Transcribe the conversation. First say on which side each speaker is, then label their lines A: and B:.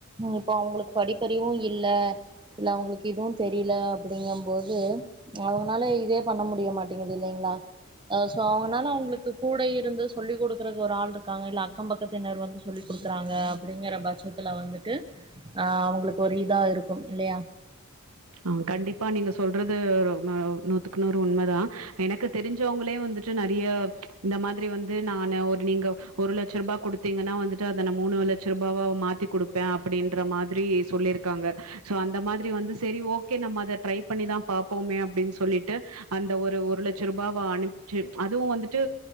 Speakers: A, on the right; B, on the right.
A: இப்ப அவங்களுக்கு படிப்பறிவு இல்ல இல்ல அவங்களுக்கு எதுவும் தெரியல அப்படிங்க போது அவுங்கனால இதே பண்ண முடிய மாட்டிங்குது இல்லைங்களா ஹ் சோ அவங்கனால அவங்களுக்கு கூட இருந்து சொல்லி குடுக் கேக்க ஒரு ஆள் இருக்காங்க இல்ல அக்கம் பக்கத்தினர் வந்து சொல்லி் குடுக்குறாங்க அப்படிங்கிற பட்சத்துல வந்துட்டு ஆ அவங்களுக்கு ஒரு இதா இருக்கு இல்லையா
B: ஆ கண்டிப்பா நீங்க சொல்றது ரொம்ப நூத்துக்குநூறு உண்மை தான் எனக்கு தெரிஞ்சவங்களே வந்துட்டு நெறைய இந்த மாதிரி வந்து நானு ஒரு நீங்க ஒரு லட்சம் ரூபாய் குடுத்தீங்கன்னா வந்துட்டு அத நாளைக்கு மூணு லட்ச ரூபாவா மாத்தி குடு அப்புடின்ற மாதிரி சொல்லியிருக்காங்க சோ அந்த மாதிரி வந்து சேரி ஓகே நம்ம அதை ட்ரை பண்ணிதான் பாப்போமே அப்படின்னு சொல்லிட்டு அந்த ஒரு ஒரு லட்சம் ரூபாவ அனுப்புச்சு அதுவும் வந்துட்டு